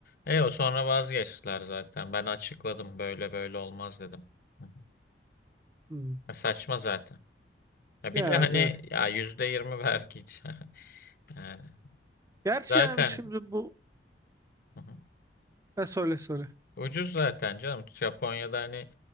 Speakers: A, on the left; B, on the right.
A: E o sonra vazgeçtiler zaten. Ben açıkladım böyle böyle olmaz dedim. Hı hı.
B: Hmm.
A: Ya saçma zaten. Ya
B: Ya,
A: bir de hani
B: evet evet.
A: ya yüzde yirmi vergi. <laughs> Yani
B: Gerçi
A: zaten
B: yani şimdi bu
A: hı hı.
B: ne söyle söyle.
A: ucuz zaten canım. Japonya'da hani